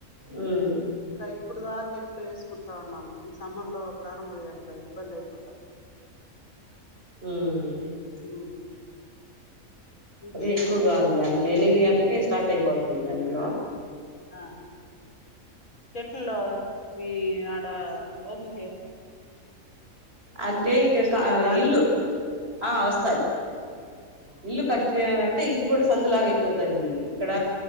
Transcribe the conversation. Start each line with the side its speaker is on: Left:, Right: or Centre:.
Right: హుహ్
Left: ఇంకా ఇప్పుడుదా ఏట్లో ఏసుకుంటా ఉన్నాము. ఈ సమ్మర్ లో ప్రాణం బోయేంత ఇబ్బంది అయిప్
Right: హుహ్
Left: ఉమ్ ఇంకేంటి
Right: అది ఎక్కువగా ఉంది. అందులో ఎనిమిది గంటలకేస్ స్టార్ట్ అయిపోతుంది. అందులో
Left: ఆ చెట్ల్లో మీ ఆడ ఓబి
Right: అంటే
Left: బాగా
Right: ఇకగా
Left: ఇసురుగా గాలి
Right: ఇల్లు
Left: వస్తదా
Right: ఆ వస్తాది. ఇల్లు కట్టినారంటే ఇది కూడా సందు లాగ అయిపోతది. ఇక్కడ